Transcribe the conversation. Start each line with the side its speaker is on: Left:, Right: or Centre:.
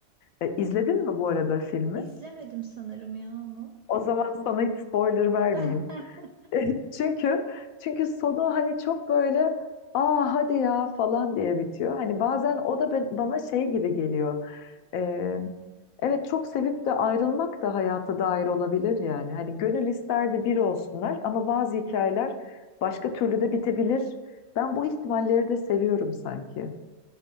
Left: E, izledin mi bu arada filmi?
Right: İzlemedim sanırım ya onu.
Left: O zaman sana hiç spoiler vermeyeyim.
Right: <laughs>
Left: <laughs> Çünkü çünkü sonu hani çok böyle aa hadi ya falan diye bitiyor. Hani bazen o da ben, bana şey gibi geliyor. E, evet çok sevip de ayrılmak da hayata dair olabilir yani. Hani gönül isterdi bir olsunlar ama bazı hikayeler başka türlü de bitebilir. Ben bu ihtimalleri de seviyorum sanki.